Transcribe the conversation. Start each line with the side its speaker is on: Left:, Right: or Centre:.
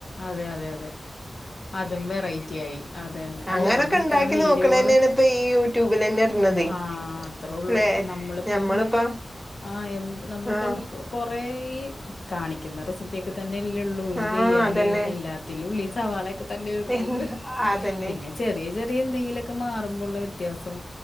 Left: അതെ അതെ അതെ അതും വെറൈറ്റി ആയി, അത് തന്നെ അല്ല
Centre: അങ്ങനൊക്കെ
Left: നമ്മള്
Centre: ഉണ്ടാക്കി
Left: ഇത്രയും വീഡിയോകള്
Centre: നോക്കണന്നെയാണ് ഇപ്പൊ ഈ യൂട്യൂബിലന്നെ ഇടണതേ
Left: ആഹ് അത്രൊള്ളൂ
Centre: ല്ലെ
Left: നമ്മളിപ്പം
Centre: ഞമ്മളിപ്പ
Left: ആഹ് എന്ത് നമ്മളിപ്പോ
Centre: ആഹ്
Left: എന്ത്‌ കൊറേ ഈ കാണിക്കുന്ന റെസിപ്പി തന്നെല്ലെ ള്ളൂ
Centre: ആഹ്
Left: ചെയ്യാൻ
Centre: അതന്നെ
Left: എല്ലാത്തിലും ഉള്ളി സവാളൊക്കെ തന്നെണ്
Centre: ഉം
Left: ഇടുന്നത്.
Centre: അതന്നെ
Left: പിന്നെ ചെറിയ ചെറിയ എന്തെങ്കിലൊക്കെ മാറുമ്പോഴള്ള വ്യത്യാസം